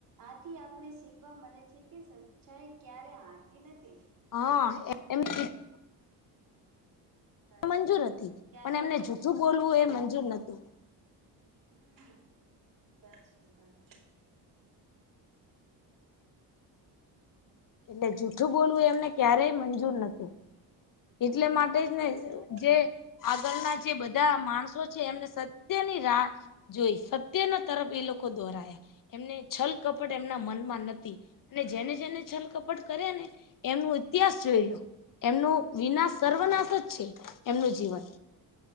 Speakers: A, on the right; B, on the left.
A: આથી આપણે શ વા મળે છે કે સચ્ચાઈ ક્યારે હારથી નથી.
B: હા એમું
A: સાચી
B: મંજૂર
A: વાત
B: હતી
A: ક્યારે
B: પણ એમને જૂથું બોલવું એ મંજૂર નતું.
A: હમ સાચી વાત
B: એટલે જૂઠું બોલવું એમને ક્યારેય મંજૂર નતું. એટલે માટે જ
A: સાચી
B: ને
A: વાત
B: જે આગળના જે બધા માણસો છે એમને સત્યની રા જોઈ સત્ય ના તરફ એ લોકો દોહરાયા એમને છલ કપટ એમના મનમાં નથી અને જેને જેને છલ. કપટ કરે ને એમનો ઇતિહાસ જોઈ લો એમનો વિનાશ સર્વનાશ જ છે એમનું જીવન.